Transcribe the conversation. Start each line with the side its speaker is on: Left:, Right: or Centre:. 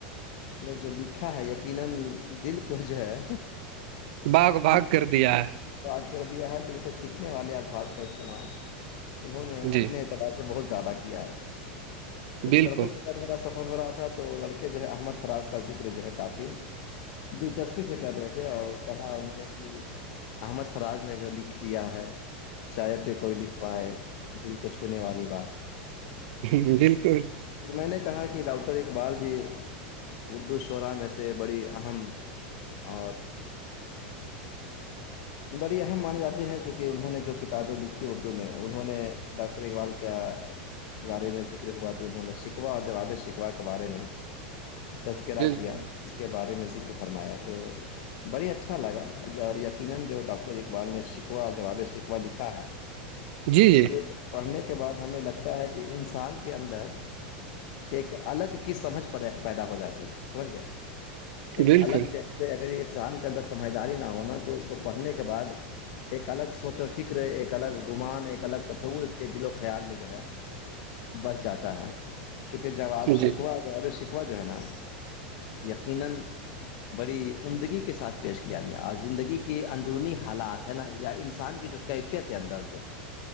Left: میں جو لکھا ہے یقینا دل کو جو ہے
Right: باغ
Left: تو
Right: باغ
Left: یک
Right: کر دیا ہے
Left: کر دیا ہے دن کو کچنے والے الفاظ کا استعمال انہوں نے
Right: جی
Left: اپنے اعتبار بہت زیادہ کیا ہے کچھ
Right: بالکل
Left: لڑکوں کو میرا سفر ہو رہا تھا تو لڑکے جو ہے احمد فراز کا ذکر جو ہے کافی دلچسپی سے کر رہ تھے اور کہاں نے کہ احمد فراز نے جو لکھ دیا ہے شاید پ کوئی لکھ پائے دل کو چھونے والی بات
Right: ہ بالکل
Left: پھر میں نے کہا کہ ڈاکٹر ایک بار بھی اردو شعرا میں سے بڑی اہم اور بڑی اہم مانے جاتے ہیں چونکہ انہوں نے جو کتابیں لکھی اردو میں انہوں نے ڈاکٹر اقبال کا بارے میں ذکر ہوا تو انہوں نے سیککھوا اور ج آبے سیکھوا کے بارے میں تذکرہ
Right: بالکل
Left: کیا اس کے بارے میں ذکر فرمایا تو بڑی اچھا لگا اور جو ڈاکٹر اقبال نے سکھوا جواب سکھوا لکھا ہے
Right: جی
Left: اس
Right: جی
Left: کے پڑھنے کے بعد ہمیں لگتا ہے کہ انسان کے اندر ایک الگ کی سمجھ پیدا ہو جاتی ہے سمجھ گیا ایک
Right: بالکل
Left: الگ جیسے اگر انسان کے اندر سمجھداری نہ ہونا تو اس کو پڑھنے کے بعد ایک الگ سوچ و فکر ایک الگ گمان ایک الگ تصور اس کے دل و خیال میں جو ہے بس جاتا ہے چونکہ جب آپ
Right: جی
Left: سیککھوا جواب سیککھوا جو ہے نا یقینا بڑی عمدگی کے ساتھ پیش کیا گیا اور زندگی یہ اندرونی حالات ہے نا یا انسان کی جو کیفیت ہے اندر پہ